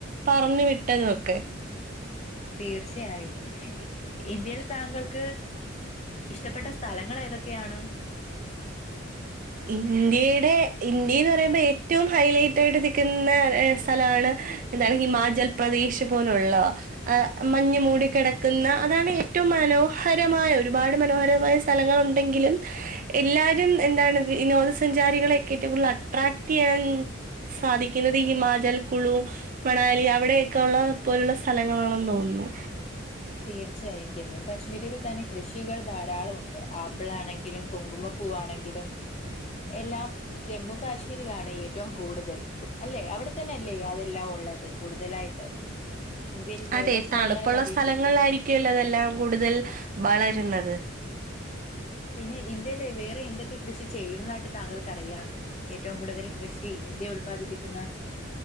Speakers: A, on the right (about 45°); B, on the left (about 35°).
A: പറഞ്ഞു വിട്ടതും ഒക്കെ
B: <inaudible> തീർച്ചയായും ഇന്ത്യയിൽ താങ്കൾക്ക് ഇഷ്ടപ്പെട്ട സ്ഥലങ്ങൾ ഏതൊ ക്കെയാണ്
A: ഇന്ത്യയുടെ ഇന്ത്യ എന്ന് പറയുമ്പോ ഏറ്റവും ഹൈലൈറ്റ് ആയിട്ട് നിക്കുന്ന സ്ഥലാണ് എന്താണ് ഹിമാചൽ പ്രദേശ് പോലുള്ള മഞ്ഞ് മൂടിക്കെടക്കുന്ന അതാണ് ഏറ്റവും മനോഹരമായ ഒരുപാട് മനോഹരമായ സ്ഥലങ്ങൾ ഉണ്ടെങ്കിലും എല്ലാവരും എന്താണ് വിനോദസഞ്ചാരികളെ ഒക്കെ ഏറ്റവും കൂടുതൽ അട്രാക്ട് ചെയ്യാൻ സാധിക്കുന്നത് ഹിമാചൽ കുളു മണാലി അവിടെയൊക്കെയുള്ള പോലുള്ള സ്ഥലങ്ങളാണെന്ന് തോന്നു ന്നു
B: തീർച്ചയായും ജമ്മു കശ്മീരിൽ തന്നെ കൃഷികൾ ധാരാളം ഒണ്ട്. ആപ്പിളാണെങ്കിലും കുങ്കുമപ്പൂവാണെങ്കിലും എല്ലാം ജമ്മു കാശ്മീരിലാണ്, ഏറ്റവും കൂടുതൽ അല്ലെ അവിടെ തന്നെ അല്ലേ അതെല്ലാം ള്ളത് കൂടുതലായിട്ട് ഇന്ത്യയിൽ
A: അതെ
B: വേറെ സ്ഥലങ്ങളിൽ
A: തണുപ്പുള്ള
B: അപേക്ഷിച്ച്
A: സ്ഥലങ്ങളിലായിരിക്കുമല്ലോ അതെല്ലാം കൂടുതൽ വളരുന്നത്
B: പിന്നെ ഇന്ത്യൽ വേറെ എന്തൊക്കെ കൃഷി ചെയ്യുന്നതായിട്ട് താങ്കൾക്കറിയാം ഏറ്റവും കൂടുതൽ കൃഷി ഇന്ത്യ ഉല്പാദിപ്പിക്കുന്ന